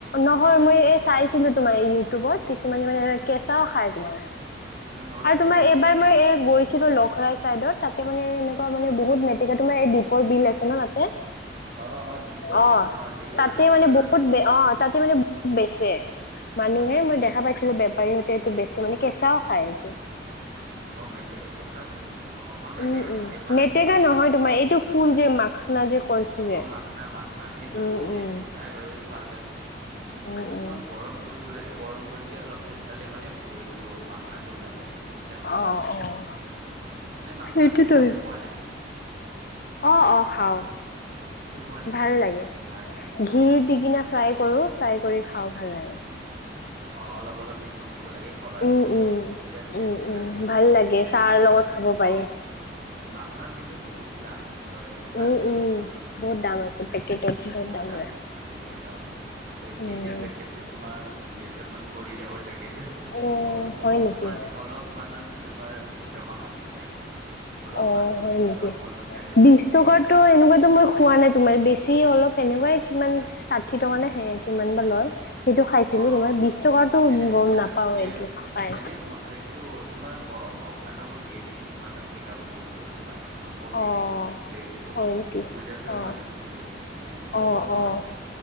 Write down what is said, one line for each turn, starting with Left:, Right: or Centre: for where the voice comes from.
Left: নহয় মই এই চাইছিলো তোমাৰ ইউটিউবত, কিছুমানে মানে কেঁচাও খায় তোমাৰ।
Right: উম অলপ
Left: আৰু
Right: তিতা
Left: তোমাৰ
Right: তিতা
Left: এইবাৰ
Right: থাকে
Left: এই গৈছিলো লখৰা চাইদ, ত তাতে মানে এনেকুৱা মানে বহুত মেটেকাত তোমাৰ এই দ্বীপৰ বিল আছে ন তাতে
Right: অ অ দীপৰ
Left: অ',
Right: বিলত ধেৰ
Left: তাতে
Right: মেটেকা
Left: মানে
Right: তাতে
Left: বহুত, অ', তাতে মানে বহুত বেচে। মানুহে মই দেখা পাইছিলো, বেপাৰীহঁতে এইটো বেছি মানে কেঁচাও খায় এইটো।
Right: অ', মেটেকা কেঁচাও খায় নেকি, অ'। মই মেতেকা
Left: উম, উম,
Right: খাই পোৱা
Left: মেটেকা
Right: নাই কিন্তু মই
Left: নহয়
Right: সেইটো
Left: তোমাৰ এইটো ফুল যে মাখনা যে কৈছো যে।
Right: অ', মাখনা মাখনা, সেইটোতো
Left: উম, উম,
Right: সেইটোতো খাই বাৰু, সেইটো ভাল লাগে।
Left: উম,
Right: এইটো
Left: উম,
Right: তোমাৰ গৰম কৰিব লাগে গৰম কৰিকে অলপ থেতলালে মানে এইটো মাখনাটো ওলাই আহে। তেতিয়া খাইকে
Left: অ',
Right: ভাল লাগে,
Left: অ'।
Right: এনে মাখনাটো
Left: সেইটোতো
Right: তোমালোকে খোৱা নে?
Left: অ' অ', খাওঁ,
Right: এইটো খোৱা নে
Left: ভাল লাগে,
Right: হয় নেকি?
Left: ঘি দি কিনা ফ্ৰাই কৰো, ফ্ৰাই কৰি খাওঁ ভাল লাগে।
Right: অ' অলপ অলপ নিমখ দিব লাগে ক'লা
Left: উম,
Right: নিমখ,
Left: উম,
Right: ইচ, বিৰাট টেষ্টি
Left: উম, উম,
Right: লাগে,
Left: ভাল লাগে
Right: এনে
Left: চাহৰ
Right: মাখনা,
Left: লগত খাব পাৰি।
Right: অ' মাখনাৰ কিন্তু বহুত দাম, ছয় কিমান,
Left: উম,
Right: উম
Left: বহুত দাম আছে পেকেটত
Right: বহ বহুত দাম
Left: লয়
Right: পেকেট অ', এক
Left: উম।
Right: কেজিৰ পেকেটতো তোমাৰ দুই হেজাৰ মান পৰি যাব চাগে এইটোত।
Left: অ'
Right: অলপ
Left: হয় নেকি
Right: মানে অলপ মানতে তোমাৰ বিশ টকা মান লয়। অলপমান
Left: অ', হয় নেকি?
Right: দহ পোন্ধৰটাই থাকে
Left: বিশ
Right: যদি
Left: টকাতটো
Right: এক কেজি
Left: এনেকুৱাতো মই খোৱা নাই তোমাৰ, বেছি অলপ তেনেকুৱাই কিমান ষাঠি টকা নে সেইয়া কিমান বা লয়। সেইটো খাইছিলো
Right: অ',
Left: তোমাৰ বিশ টকাৰতো
Right: এনে
Left: গম
Right: এটা
Left: নাপাও
Right: প্লেন,
Left: এইটো পাই
Right: এনে-এইটো তোমাৰ ব ভগৱানকো দিয়ে নেকি তোমাৰ মেটেকা ফুল টো, তোমাৰ অ', বহুত
Left: অ'
Right: দেখিছে মই প্লেনটো,
Left: হয় নেকি
Right: পূজাটো
Left: অ'
Right: মানে চলে সেইখিনি মানে ব্যৱহাৰ
Left: অ' অ'
Right: কৰা হয়।